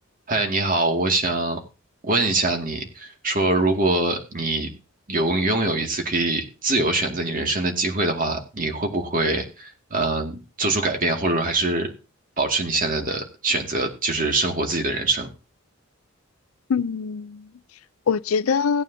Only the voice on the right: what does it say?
嗨，你好，我想问一下你，说如果你有拥有一次可以自由选择你人生的机会的话，你会不会，嗯、做出改变，或者说还是保持你现在的选择，就是生活自己的人生？